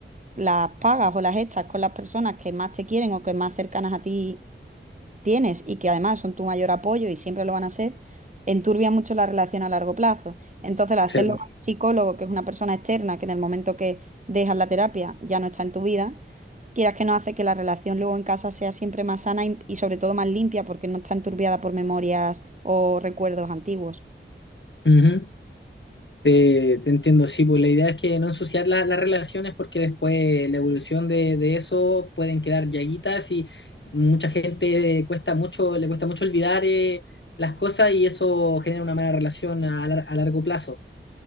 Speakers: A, on the right (about 35°); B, on the left (about 60°).
A: las pagas o las echas con las personas que más te quieren o que más cercanas a ti tienes y que además son tu mayor apoyo y siempre lo van a ser, enturbia mucho la relación a largo plazo. Entonces, al hacerlo
B: sí.
A: con un psicólogo, que es una persona externa, que en el momento que dejas la terapia ya no está en tu vida, quieras que no hace que la relación luego en casa sea siempre más sana y, y sobre todo más limpia porque no está enturbiada por memorias o recuerdos antiguos.
B: Ujú, Te, te entiendo, sí, pues la idea es que no ensuciar la- las relaciones porque después la evolución de, de eso pueden quedar llaguitas y mucha gente cuesta mucho, le cuesta mucho olvidar eh, las cosas y eso genera una mala relación a, lar- a largo plazo.